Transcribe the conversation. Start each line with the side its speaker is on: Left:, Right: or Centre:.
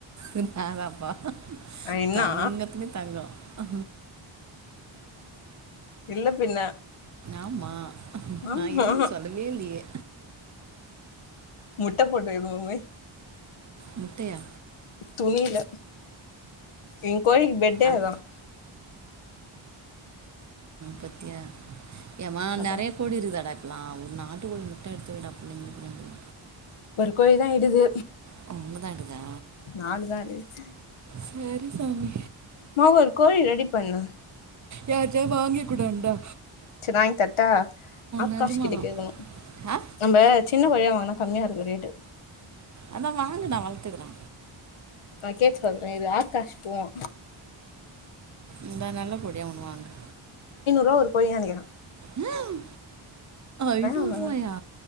Right: ந தான்ப்பா
Left: இன்னா
Right: தங்கத்துலயும் தங்கம் ஆ
Left: இல்ல பின்ன
Right: ஆமா
Left: ஆமா
Right: நான் இல்லன்னு சொல்லவே இல்லையே
Left: முட்ட போட்டு எது <unintelligible>
Right: முட்டை யா
Left: துணில என் கோழிக்கு பெட்டே
Right: அந்
Left: அதான்
Right: பத்தியா ஏமா
Left: அதா
Right: நெறைய கோடி இருக்குதாடா அப்பலாம் ஒரு நாட்டு கோழி முட்டை எடுத்து விடா பிள்ளைங்களுக்கு ந
Left: ஒரு கோழி தான் இடுது
Right: ஓ உங்க தான் எடுதா
Left: நாலு தான் இடுது
Right: சரி சாமி
Left: மா ஒரு கோழி ரெடி பண்ணு
Right: யாஜா வாங்க உக்டண்டா
Left: ச்னாய்ங் தட்டா ஆக்காஷ்
Right: நிஜமா
Left: கிட்ட
Right: தான்
Left: கேகணு
Right: ஆ
Left: நம்ப சி சின்ன கோழியா வாங்குனா கம்மியா இருக்கு ரேட்டு
Right: அதா வாங்குடா வளத்துக்குளா
Left: நா கேட் சொல்ற இரு ஆகாஷ் போவா
Right: இந்த நல்ல கோழியா ஒன்னு வாங்கு
Left: ரோ ஒரு கோழி நெனகிற
Right: ஹேம் ஐநூரூவாயா
Left: என்னமோ